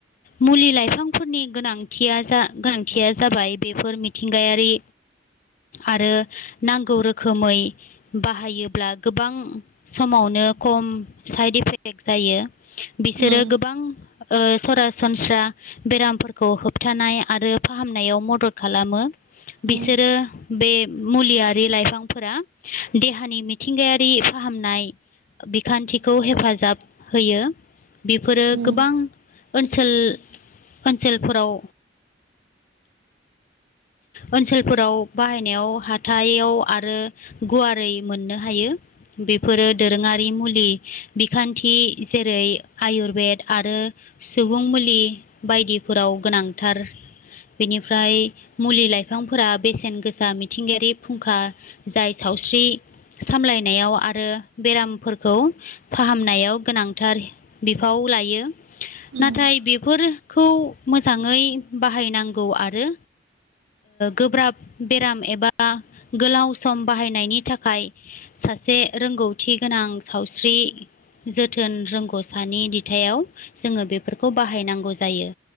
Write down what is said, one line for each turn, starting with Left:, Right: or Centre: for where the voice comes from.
Left: मुलि लाइफांफोरनि गोनांथिया जा गोनांथिया जाबाय बेफोर मिथिंगायारि आरो नांगौ रोखोमै बाहायोब्ला गोबां समाव नो खम साइड इफेक्ट जायो। बिसोरो
Right: उम
Left: गोबां ओ सरासनस्रा बेरामफोरखौ होबथानाय आरो फाहामनायाव मदद खालामो। बिसोरो
Right: उम
Left: बे मुलियारि लाइफांफोरा देहानि मिथिंगायारि फाहामनाय बिखान्थिखौ हेफाजाब होयो बेफोरो
Right: उम
Left: गोबां ओनसोल ओनसोलफोराव ओनसोलफोराव बाहायनायाव हाथाइयाव आरो गुवारै मोननो हायो। बेफोरो दोरोङारि मुलि बिखान्थि जेरै आयुरवेद आरो सुबुं मुलि बायदिफोराव गोनांथार बेनिफ्राय मुलि लाइफांफोरा बेसेन गोसा मिथिंगायारि फुंखा जाय साव स्रि सामलायनायाव आरो बेराम फोरखौ फाहामनायाव गोनांथार बिफाव लायो
Right: उम
Left: नाथाय बेफोर खौ मोजाङै बाहायनांगौ आरो गोब्राब बेराम एबा गोलाव सम बाहायनायनि थाखाय सासे रोंगौथि गोनां सावस्रि जोथोन रोंगौसानि दिथायाव जोङो बेफोरखौ बाहायनांगौ जायो